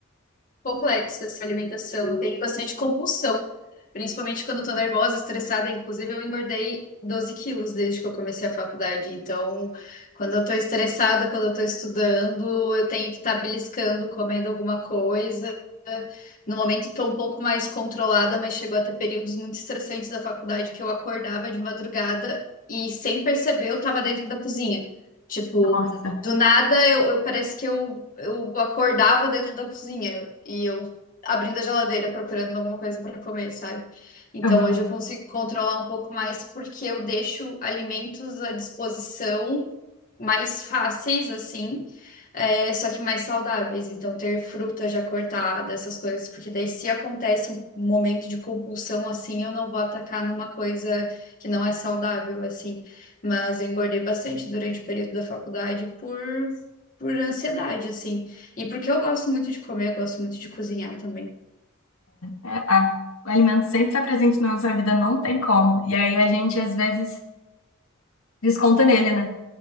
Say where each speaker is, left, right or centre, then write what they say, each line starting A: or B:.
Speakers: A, on the left (about 40°); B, on the left (about 80°).
A: complexa essa alimentação. Eu tenho bastante compulsão, principalmente quando eu tô nervosa, estressada. Inclusive, eu engordei 12 quilos desde que eu comecei a faculdade. Então, quando eu tô estressada, quando eu tô estudando, eu tenho que estar beliscando, comendo alguma coisa. No momento, estou um pouco mais controlada, mas chegou a ter períodos muito estressantes da faculdade que eu acordava de madrugada e, sem perceber, eu estava dentro da cozinha. Tipo,
B: Nossa.
A: do nada, eu, eu- parece que eu, eu acordava dentro da cozinha e eu abrindo a geladeira procurando alguma coisa para comer, sabe? Então
B: Aham.
A: hoje eu consigo controlar um pouco mais porque eu deixo alimentos à disposição mais fáceis, assim, é, só que mais saudáveis. Então ter fruta já cortada, essas coisas, porque daí se acontece um momento de compulsão assim, eu não vou atacar numa coisa que não é saudável, assim. Mas eu engordei bastante durante o período da faculdade por, por ansiedade, assim. E porque eu gosto muito de comer, eu gosto muito de cozinhar também.
B: É, a- o alimento sempre está presente na nossa vida, não tem como. E aí a gente às vezes desconta nele, né?